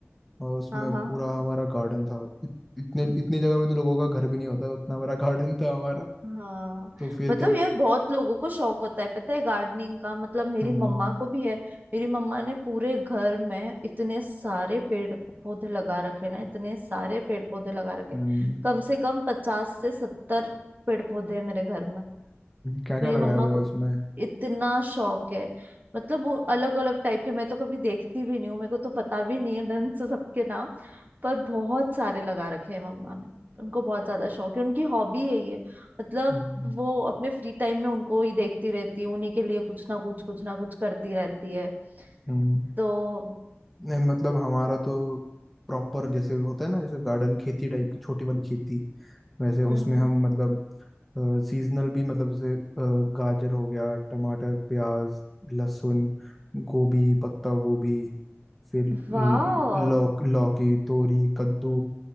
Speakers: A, in the centre; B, on the right.
A: और उसमें
B: हाँ हाँ
A: पूरा हमारा गार्डन था इत, इतने इतनी जगह में तो लोगों का घर भी नहीं होता है, उतना बड़ा गार्डन था हमारा
B: हाँ
A: तो फिर
B: मतलब
A: जब
B: यार बहुत लोगों को शौक होता है पता है गार्डनिंग का मतलब मेरी
A: हम्म
B: मम्मा को भी है मेरी मम्मा ने पूरे घर में इतने सारे पेड़ पौधे लगा रखे ना इतने सारे पेड़ पौधे लगा रखे
A: हम्म
B: कम से कम पचास से सत्तर पेड़ पौधे हैं मेरे घर में
A: क्या क्या
B: मेरी
A: लगाया
B: मम्मा
A: हुआ
B: को
A: है उसमें
B: इतना शौक है मतलब वो अलग अलग टाइप के मैं तो कभी देखती भी नहीं हूँ मेरे को तो पता भी नहीं है ढंग से सबके नाम पर बहुत सारे लगा रखे हैं मम्मा ने उनको बहुत ज्यादा शौक है उनकी हॉबी है ये मतलब
A: हम्म
B: वो अपने फ्री टाइम में उनको ही देखती रहती है उन्हीं के लिए कुछ ना कुछ कुछ ना कुछ करती रहती है
A: हम्म,
B: तो
A: नहीं मतलब हमारा तो प्रॉपर जैसे होता है ना जैसे गार्डन खेती टाइप की छोटी वाली खेती वैसे उसमें
B: हम्म हम्म
A: हम मतलब सीजनल भी मतलब जैसे अ, गाजर हो गया टमाटर प्याज लहसुन गोभी पत्ता गोभी फिर
B: वाह
A: ल- लौक लौकी तोरी कद्दू